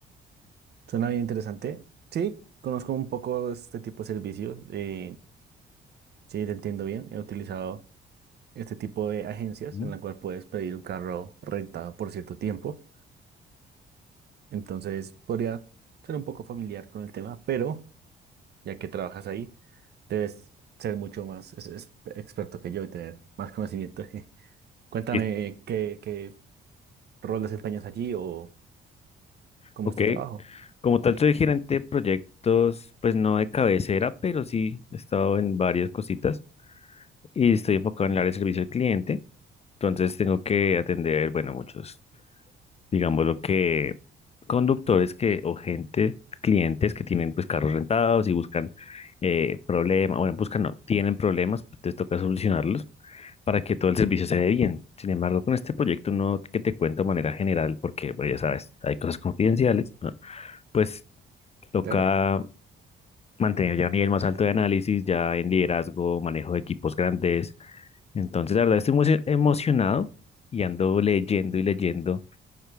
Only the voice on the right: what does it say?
Suena bien interesante. Sí, conozco un poco este tipo de servicios. eh, sí, te entiendo bien. He utilizado este tipo de agencias
en la cual puedes pedir un carro rentado por cierto tiempo. Entonces, podría ser un poco familiar con el tema, pero ya que trabajas ahí, debes ser mucho más es- es- experto que yo y tener más conocimiento. <laughs> Cuéntame
qué, qué rol desempeñas allí o cómo
es tu trabajo.
Claro,